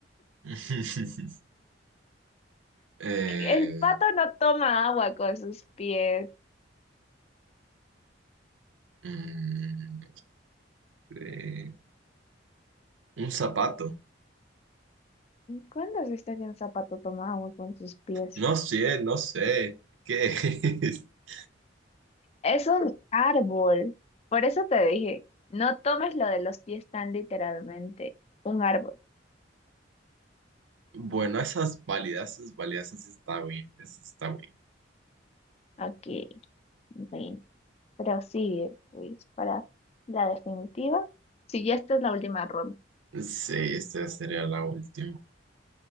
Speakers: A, on the right; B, on the left.
A: <laughs> Eh,
B: <laughs> el pato no toma agua con sus pies.
A: Mm, eh, un zapato.
B: ¿Cuándo has visto que un zapato toma agua con sus pies?
A: No sé, no sé. ¿Qué es? <laughs>
B: Es un árbol. Por eso te dije, no tomes lo de los pies tan literalmente. Un árbol.
A: Bueno, esas válidas, esas válidas, esas está bien, esas está bien.
B: Ok, bien. Prosigue, Luis, para la definitiva. Si ya esta es la última ronda.
A: Sí, esta sería la última.